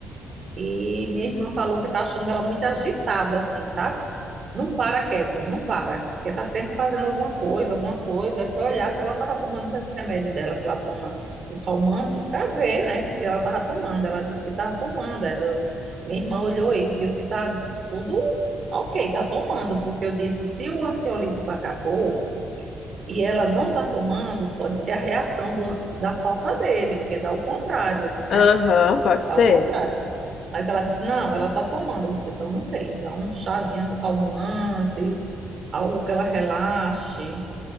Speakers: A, on the right; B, on the left.
A: e minha irmã falou que tá achando ela muito agitada, assim, sabe? Não para quieta, não para. Porque tá sempre fazendo alguma coisa, alguma coisa. Aí foi olhar se ela tava tomando os remédios dela, que ela toma um calmante, para ver, né? Se ela tava tomando. Ela disse que tava tomando. Ela- Minha irmã olhou e viu que tá tudo ok, tá tomando. Porque eu disse, se o ansiolítico acabou e ela não está tomando, pode ser a reação do- da falta dele, porque dá o contrário, né?
B: Aham, pode ser.
A: Dá o contrário. Mas ela disse, não, ela está tomando. Eu disse, então não sei, dá um chazinho calmante, algo que ela relaxe,